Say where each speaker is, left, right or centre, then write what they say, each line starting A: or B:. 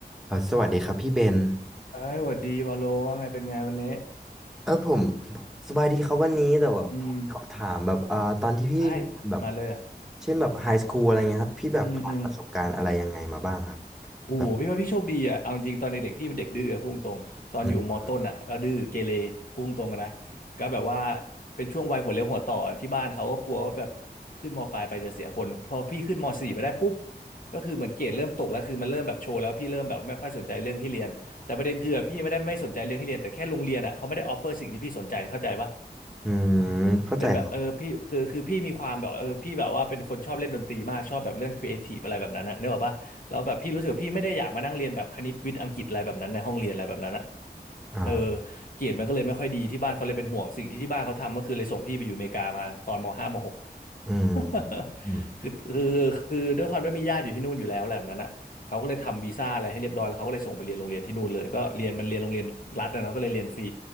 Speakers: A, in the centre; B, on the left (about 55°).
A: เอ่อสวัสดีครับพี่เบน
B: เอ้ยหวัดดีวาโลว่าไงเป็นไงวันนี้
A: เออผมสบายดีครับวันนี้แต่แบบผมขอถามแบบเอ่าตอนที่พี่
B: อืมได้มาเลยอ่ะ
A: แบบเช่นแบบไฮสคูลอะไรเงี้ยครับพี่แบบผ่านประสบการณ์อะไรยังไงมาบ้างครับ
B: อืมอืมโอ้โหพี่ว่าพี่โชคดีอ่ะเอาจริงๆตอนเด็กๆพี่เป็นเด็กดื้ออะพุ่งตรงตอนอยู่มอต้นอ่ะก็ดื้อเกเรพุ่งตรงอะนะ
A: แบบอืม
B: ก็แบบว่าเป็นช่วงวัยหัวเลี้ยวหัวต่อที่บ้านเขาก็กลัวว่าแบบขึ้นมปลายไปจะเสียคนพอพี่ขึ้นมสี่ไมาได้ปุ๊บก็คือเหมือนเกรดเริ่มตกแล้วคือมันเริ่มแบบโชว์แล้วพี่เริ่มแบบไม่ค่อยสนใจเรื่องที่เรียนแต่ประเด็นคืออะพี่ไม่ได้ไม่สนใจเรื่องที่เรียนแต่แค่โรงเรียนอ่ะเขาไม่ได้ออฟเฟอร์สิ่งที่พี่สนใจเข้าใจปะ
A: อืมเข้าใจครับ
B: เป็นแบบเออพี่คือคือพี่มีความแบบเออพี่แบบว่าเป็นคนชอบเล่นดนตรีมากชอบแบบเรื่องครีเอทีฟอะไรแบบนั้นนะเนกออกปะแล้วแบบพี่รู้สึกว่าพี่ไม่ได้อยากมานั่งเรียนแบบคณิตวิทย์อังกฤษอะไรแบบนั้นในห้องเรียนอะไรแบบนั้นอะ
A: อ่า
B: เออเกรดมันก็เลยไม่ค่อยดีที่บ้านเขาเลยเป็นห่วงสิ่งที่ที่บ้านเขาทำก็คือเลยส่งพี่ไปอยู่อเมริกามาตอนมห้ามหก <laughs>
A: อืมอืม
B: คือคือคือด้วยความที่มีญาติอยู่ที่นู่นอยู่แล้วแหละแบบนั้นนะเขาก็เลยทำวีซ่าอะไรให้เรียบร้อยแล้วเขาก็เลยส่งไปเรียนโรงเรียนที่นู่นเลยก็เรียนมันเรียนโรงเรียนรัฐนะเนาะก็เลยเรียนฟรี